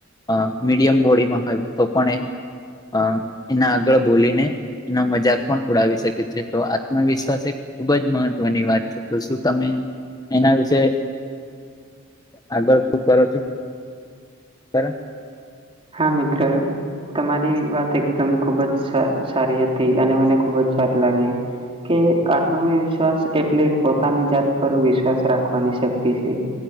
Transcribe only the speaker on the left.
અહ મીડિયમ બોડીમાં હોય તો પણ એ અહ એના આગળ બોલીને એનો મજાક પણ ઉડાવી શકે છે. તો આત્મવિશ્વાસ એ ખૂબ જ મહત્વની વાત છે શું તમે એના વિશે આગળ શું કરો છો બરા